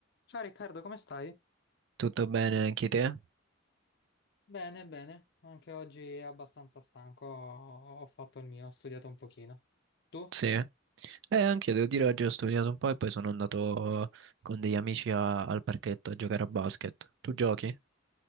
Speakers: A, on the left; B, on the right.
A: Ciao Riccardo, come stai?
B: Tutto bene anche te?
A: Bene, bene, anche oggi è abbastanza stanco, ho ho fatto il mio, ho studiato un pochino. Tu? Oh,
B: Sì. Eh, anche io devo dire oggi ho studiato un po' e poi sono andato con degli amici a- al parchetto a giocare a basket. Tu giochi?